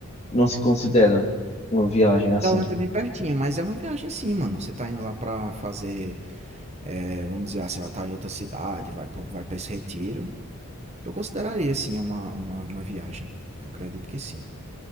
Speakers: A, on the left; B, on the right.
A: não se considera uma viagem assim?
B: Talanta é bem pertinho, mas é uma viagem sim, mano. Você tá indo lá pra fazer, eh, vamos dizer, ah, você vai estar em outra cidade, vai, pra- vai para esse retiro. Eu consideraria sim uma, uma, uma viagem. Eu acredito que sim.